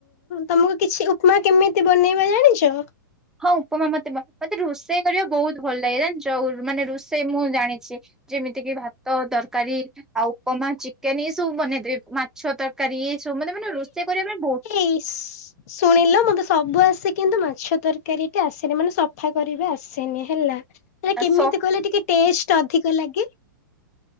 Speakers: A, on the left; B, in the centre.
A: ତମକୁ କିଛି ଉପମା କେମିତି ବନେଇବା ଜାଣିଚ?
B: ହଁ ଉପମା ମତେ ମତେ ରୋଷେଇ କରିବା ବହୁତ ଭଲ ଲାଗେ ଜାଣିଛ ମାନେ ରୋଷେଇ ମୁଁ ଜାଣିଚି। ଯେମିତି କିି ଭାତ ତରକାରୀ ଆଉ ଉପମା ଚିକେନ ଏଇ ସବୁ ବନେଇଦେବି ମା ମାଛ ତରକାରୀ ଏ ସବୁ ମାନେ ମାନେ ରୋଷେଇ କରିବା ପାଇଁ ବୋ
A: ଇସ୍‌। ଶୁଣିଲ ମତେ ସବୁ ଆସେ କିନ୍ତୁ ମାଛ ତରକାରୀ ଟା ଆସେନି ମାନେ ସଫା କରି ଆସେନି ହେଲା। ସେଟା କେମିତି
B: ସ
A: କଲେ ଟିକେ ଟେଷ୍ଟ ଅଧିକ ଲାଗେ।